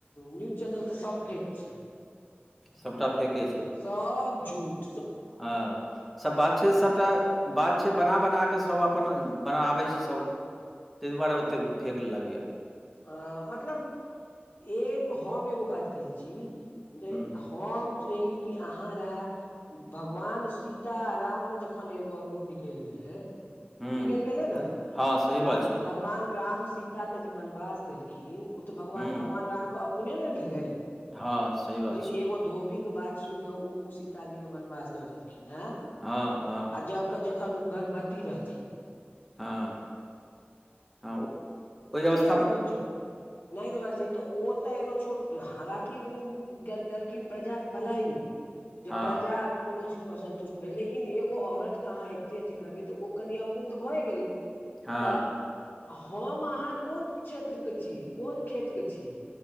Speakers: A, on the left; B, in the centre.
A: न्यूज चैनल त सभ फेक छी
B: सभटा फके छै
A: सब झूट
B: अ सब बात छै सभटा बात छै बना बना क सभ अपन बनाबै छै सभ तै दुआरे ओतेक फेक लागैय
A: अ मतलब एक हम एगो बात कहै छी जे
B: हुँ
A: होम की रही कि अहाँ रहै भगवान सीता राम मे जखन एगो अवगुण निकलि गेलैय
B: हुँ
A: निकलि गेलै ने
B: हँ सही
A: राम
B: बात छै
A: भगवान राम सीता के जे बनवास देलखिन ओ त भगवान
B: हुँ
A: भगवान राम के अवगुणे ने भेलै
B: हँ सही बात
A: जे
B: छै
A: एगो धोबी के बात सुनि क उब सीताजी के बनवास द देलखिन ह
B: हँ हँ।
A: जब के जख जखन उ गर्भवती रहथिन।
B: हँ हँ, ओहि ओय अबस
A: क्या गुण छै नै देबे के चाही त ओ ते एगो छोट हालकि उ के देलखिन प्रजा के भलाई ले जे
B: हँ
A: प्रजाक कोनो चीज मे असन्तुष्ट लईकिन एगो औरत के अहाँ एते अथी करबै त ओ कनि अवगुण त भए गेलै
B: हँ
A: त हम अहाँ कोन क्षेत्र के छियै कोन खेत के छियै